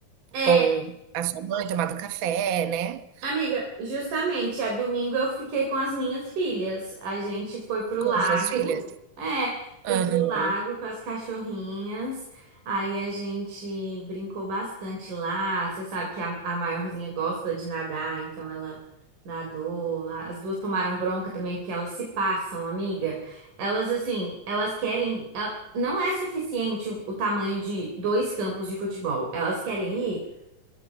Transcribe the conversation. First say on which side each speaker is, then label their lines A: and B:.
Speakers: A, on the right (about 85°); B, on the right (about 50°).
A: É,
B: com a sua mãe, tomado café, né,
A: Amiga, justamente, a domingo eu fiquei com as minhas filhas. A gente foi pro
B: com
A: lago.
B: as suas filhas?
A: É, foi
B: Aham.
A: pro lago com as cachorrinhas. Aí a gente brincou bastante lá. Você sabe que a, a maiorzinha gosta de nadar, então ela nadou. As duas tomaram bronca também, porque elas se passam, amiga. Elas, assim, elas querem. el- não é suficiente o, o tamanho de dois campos de futebol. Elas querem ir.